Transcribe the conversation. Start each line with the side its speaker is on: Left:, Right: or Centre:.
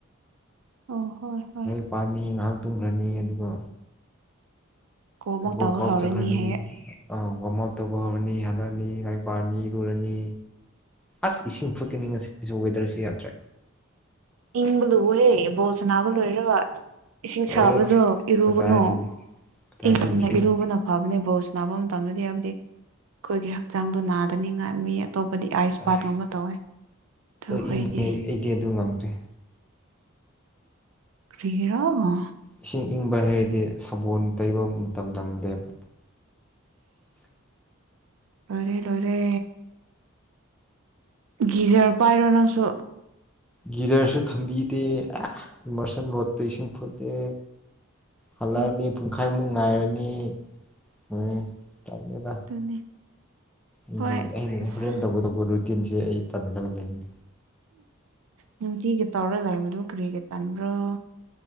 Right: ꯑ ꯍꯣꯏ ꯍꯣꯏ
Centre: ꯂ ꯄꯥꯅꯤ ꯉꯥꯏꯍꯥꯛ ꯇꯨꯝꯈ꯭ꯔꯅꯤ ꯑꯗꯨꯒ
Right: ꯀꯣꯃꯨꯛ
Centre: ꯣꯜ
Right: ꯇꯧꯕ
Centre: ꯀꯥꯎꯕ
Right: ꯍꯧꯔꯅꯤ
Centre: ꯆꯈ꯭ꯔꯥꯅꯤ
Right: ꯍꯌꯦ
Centre: ꯑ ꯋꯥꯔꯝ ꯑꯞ ꯇꯧꯕ ꯍꯧꯔꯅꯤ ꯍꯜꯂꯛꯑꯅꯤ ꯂꯥꯏꯔꯤꯛ ꯄꯥꯔꯅꯤ ꯔꯨꯔꯅꯤ ꯑꯁ ꯏꯁꯤꯡ ꯐꯨꯠꯀꯅꯤꯁꯤꯁꯨ ꯋꯦꯗꯔꯁꯤ ꯌꯥꯗ꯭ꯔꯦ
Right: ꯏꯪꯕ ꯂꯨꯎꯍꯦ ꯕꯣꯜꯁ ꯅꯥꯕ ꯂꯣꯏꯔꯒ ꯏꯁꯤꯡ
Centre: ꯑꯣ
Right: ꯁꯥꯕꯗ ꯏꯔꯨꯕꯅꯨ
Centre: ꯀꯗꯥꯏꯗꯒꯤ ꯀꯗꯥꯏꯗꯒꯤ
Right: ꯏꯪꯕꯗꯅ
Centre: ꯏꯪ
Right: ꯏꯔꯨꯕꯅ ꯐꯕꯅꯤ ꯕꯣꯁ ꯅꯥꯕ ꯃꯇꯝꯗꯗꯤ ꯍꯥꯏꯕꯗꯤ ꯑꯩꯈꯣꯏꯒꯤ ꯍꯛꯆꯥꯡꯗꯣ ꯅꯥꯗꯅꯤꯉꯥꯏ ꯃꯤ ꯑꯇꯣꯞꯄꯗꯤ ꯑꯥꯏꯁ ꯄꯥꯠꯀꯨꯝꯕ
Centre: ꯑꯁ
Right: ꯇꯧꯋꯦ ꯑꯣ ꯑꯩꯈꯣꯏꯗꯤ
Centre: ꯏꯪꯉꯦ ꯑꯩꯗꯤ ꯑꯗꯨ ꯉꯝꯗꯦ꯫
Right: ꯀꯔꯤꯒꯔꯣ ꯉ
Centre: ꯏꯁꯤꯡ ꯏꯪꯕ ꯍꯥꯏꯩꯔꯗꯤ ꯁꯕꯣꯜ ꯇꯩꯕ ꯃꯇꯝ ꯅꯪꯗꯦꯕ
Right: ꯂꯔꯦ ꯂꯔꯦ ꯒꯤꯖꯔ ꯄꯥꯏꯔꯣ ꯅꯪꯁꯨ
Centre: ꯒꯤꯖꯔꯁꯨ ꯊꯝꯕꯤꯗꯦ ꯏꯃꯔꯁꯟ ꯔꯣꯠꯇ ꯏꯁꯤꯡ ꯐꯨꯠꯂꯦ ꯍꯜꯂꯛꯑꯅꯤ
Right: ꯎꯝ
Centre: ꯄꯨꯡꯈꯥꯏꯃꯨꯛ ꯉꯥꯏꯔꯅꯤ ꯍꯣꯏ ꯆꯠꯅꯤꯗ
Right: <unintelligible>
Centre: ꯑꯩꯒꯤ
Right: ꯍꯣꯏ
Centre: ꯑꯩꯅ
Right: ꯑꯁ
Centre: ꯍꯣꯔꯦꯟ ꯇꯧꯒꯗꯧꯕ ꯔꯨꯇꯤꯟꯁꯦ ꯑꯩ ꯇꯜꯂꯒ ꯂꯩꯅꯤ
Right: ꯅꯨꯡꯇꯤꯒ ꯇꯧꯔ ꯂꯥꯛꯕꯗꯨ ꯀꯔꯤ ꯀꯩ ꯇꯥꯟꯕ꯭ꯔꯣ